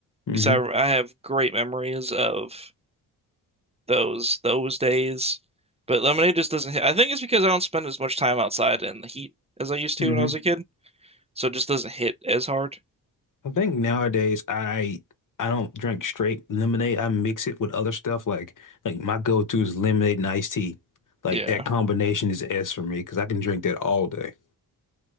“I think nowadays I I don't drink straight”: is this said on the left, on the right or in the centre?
Left